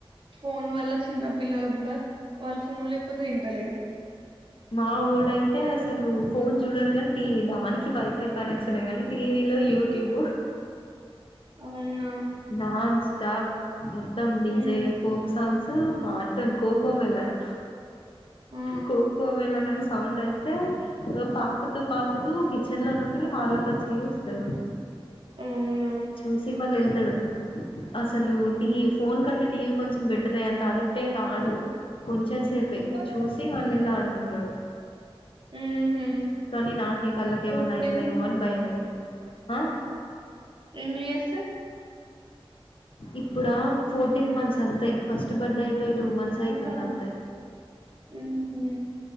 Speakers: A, on the right; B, on the left.
A: ఫోన్ వల్ల చిన్న పిల్లలకు గూడా వాళ్ళు ఫోన్ లేకపోతే తింటలేరు.
B: మా వొడయితే అసలు ఫోన్ చూడడు గని టీవీ దానికి వైఫై కనెక్షనె గని టీవీ లొ యూట్యూబ్
A: అవునా!
B: నాన్ స్టాప్ మొత్తం డీజే
A: హ్మ్.
B: య్యే ఫోక్ సాంగ్స్ సు కార్టూన్ కోకో మెలర్
A: ఆ!
B: కో ఒ ఎల్లనన్న సౌండ్ వస్తే పాకు తు పాకుతూ కిచెన్ ల నుండి హాల్ల కొచ్చి చూస్తడు
A: అవునా!
B: చూసి మళ్ళ ఎళ్తడు అసలు టీవ్ ఫోన్ కంటే టీవీ కొంచెం బెటరే అంత అడిక్టెం గాదు కొంచెం సేపే
A: హ్మ్.
B: చూసి మళ్ళేళ్ళి ఆడుకుంటడు
A: హుహు.
B: కానీ నాకే కల్లకేవన్న
A: ఎన్ని
B: అయితదెమో
A: ఇయర్స్
B: అని భయమైతది అ
A: ఎన్నియర్స్
B: ఇప్పుడా ఫోర్టీన్ మంత్స్ అంతె ఫస్ట్ బర్త్డే అయిపోయి టూ మంత్స్
A: అవునా!
B: అయితుంద అంతె
A: హుహు.